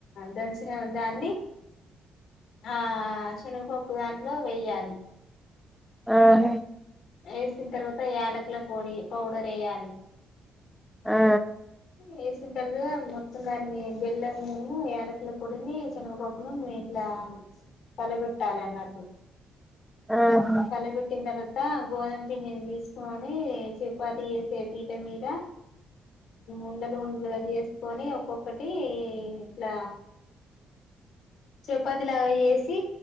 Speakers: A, on the left; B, in the centre.
A: దంచిన దాన్ని ఆ శనగపప్పు దాంట్లో వేయాలి
B: ఆహ
A: వేసిన తర్వాత యాలకుల పొడి పౌడర్ వేయాలి
B: ఆ
A: వేసిన తర్వాత మొత్తం దాన్ని బెల్లమును యాలకుల పొడిని శనగ పప్పును ఇట్లా పలగొట్టాలి అన్నట్టు
B: ఆహా
A: కలబెట్టిన తర్వాత గోధుమ పిండిని తీసుకోని చపాతి చేసే పీట మీద ఉండలు ఉండలుగా చేసుకొని ఒక్కొక్కటి ఇట్లా చపాతి లాగా చే చి